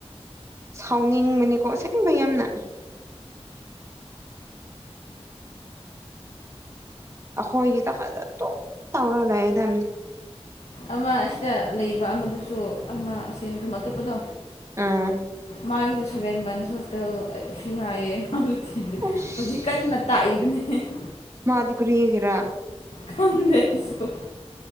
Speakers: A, on the right; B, on the left.
A: ꯁꯥꯎꯅꯤꯡꯕꯅꯤꯀꯣ ꯑꯁꯦꯡꯕ ꯌꯥꯝꯅ ꯑꯈꯣꯏꯒꯤꯗ ꯍꯗꯠꯇꯨꯝ ꯇꯧꯔ ꯂꯩꯔꯗꯝꯅꯤ
B: ꯑꯃ ꯑꯁꯤꯗ ꯂꯩꯕ ꯑꯃꯗꯨꯁꯨ ꯑꯃꯁꯦ ꯔꯨꯝ ꯑꯇꯣꯞꯄꯗꯣ
A: ꯑꯝ
B: ꯃꯥꯒꯤꯁꯨ ꯁꯚꯦꯟ ꯃꯟꯁ ꯍꯣꯁꯇꯦꯜ ꯐꯤ ꯍꯥꯏꯌꯦ ꯃꯥꯁꯨ ꯊꯤꯗ꯭ꯔꯤ
A: ꯑꯁ
B: ꯍꯧꯖꯤꯛ ꯀꯟꯅ ꯇꯥꯛꯏꯕꯅꯦ <unintelligible>
A: ꯃꯥꯗꯤ ꯀꯔꯤꯒꯤꯔꯥ
B: ꯈꯪꯗꯦ ꯑꯩꯁꯨ